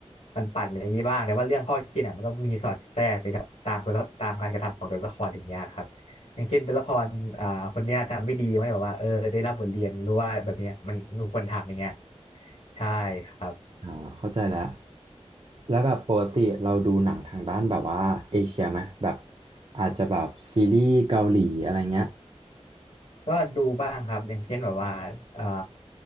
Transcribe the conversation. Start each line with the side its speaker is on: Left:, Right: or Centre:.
Left: ปั่นๆอะไรอย่างนี้บ้างแต่ว่าเรื่องข้อคิดเนี่ยมันก็มีสอดแทรกไปกับตามตัวละตามการกระทำของตัวละครอย่างเงี้ยครับ อย่างเช่นตัวละครอ่าคนเนี้ยทำไม่ดีมันแบบว่าเออได้รับบทเรียนรู้ว่าแบบเนี้ยมันไมนควรทำอย่างเงี้ยใช่ครับ
Right: อ่าเข้าใจแล้วแล้วแบบปกติเราดูหนังทางด้านแบบว่าเอเชียไหมแบบอาจจะแบบซีรีส์เกาหลีอะไรเงี้ย
Left: ก็ดูบ้างครับอย่างเช่นแบบว่าอ่า